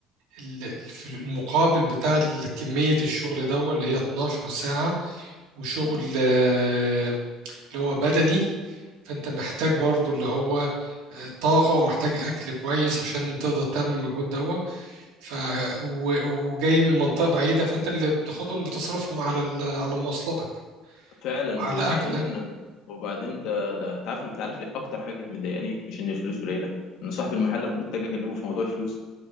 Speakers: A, on the right; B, on the left.
A: ال- في المقابل بتاع ال- كمية الشغل ده اللي هي 12 ساعة وشغل
B: مم.
A: آه، اللي هو بدني فانت محتاج برضو اللي هو آه، طاقة ومحتاج أكل كويس عشان تقدر تعمل المجهود ده ف... و- وجاي من منطقة بعيدة فأنت اللي بتاخدهم بتصرفهم على ال... على مواصلاتك
B: فعلا
A: على
B: وبعدين
A: أكلك
B: وبعدين ده ده انت عارف انت عارف ليه اكتر حاجه كانت مضايقاني مش ان الفلوس قليله ان صاحب المحل لما كنت اجي اكلمه في موضوع الفلوس